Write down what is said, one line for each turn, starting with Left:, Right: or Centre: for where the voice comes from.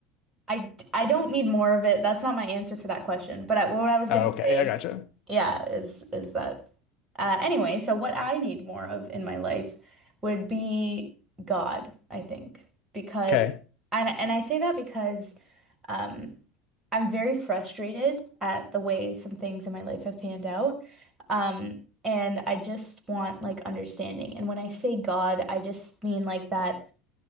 Right: I I don't need more of it. That's not my answer for that question. But I, what I was gonna
Left: Oh,
Right: say,
Left: okay, I gotcha.
Right: yeah, is is that uh, anyway? So what I need more of in my life would be God, I think, because
Left: Okay,
Right: and and I say that because um, I'm very frustrated at the way some things in my life have panned out, um, and I just want like understanding. And when I say God, I just mean like that